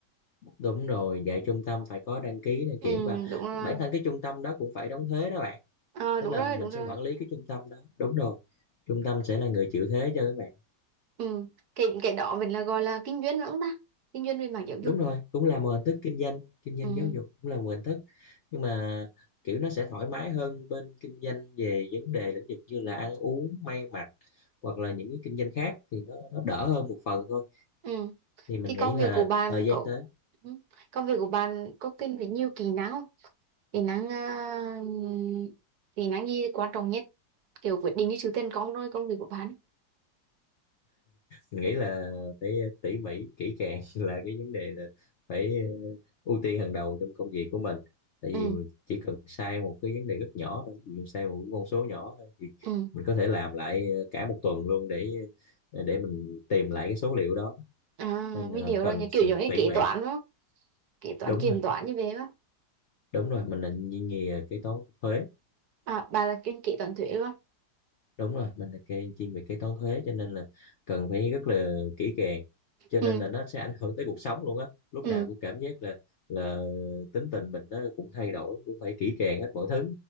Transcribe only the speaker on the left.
Đúng rồi, dạy trung tâm phải có đăng ký, đăng
kiểm và
bản thân cái trung tâm đó cũng phải đóng thuế đó bạn.
Tức
là
mình
sẽ quản lý cái trung tâm đó. Đúng rồi. Trung tâm sẽ là người chịu thuế cho các bạn.
Đúng
rồi, cũng là một hình thức kinh doanh, kinh doanh
giáo dục cũng là một hình thức. Nhưng mà kiểu nó sẽ thoải mái hơn bên kinh doanh về vấn đề lĩnh vực như là ăn uống, may mặc hoặc là những cái kinh doanh khác thì nó nó đỡ hơn một phần thôi.
Thì mình
nghĩ
là
thời gian
tới
Mình nghĩ là phải tỉ mỉ kỹ càng <laughs> là cái vấn đề là phải ờ, ưu tiên hàng đầu trong công việc của mình tại
vì mình chỉ cần sai một cái vấn đề rất nhỏ thôi ví dụ sai một con số nhỏ thôi thì
mình có thể làm lại ờ, cả một tuần luôn để ờ, để mình tìm lại cái số liệu đó
nên
là
cần
sự
tỉ
mỉ
đúng
rồi
đúng rồi mình là ngành nghề ờ, kế toán thuế
đúng rồi mình là kê chuyên về kế toán thuế cho nên là cần phải rất là kỹ càng cho
nên là nó sẽ ảnh hưởng tới cuộc sống luôn á lúc
nào cũng cảm giác là là tính tình mình nó cũng thay đổi cũng phải kỹ càng hết mọi thứ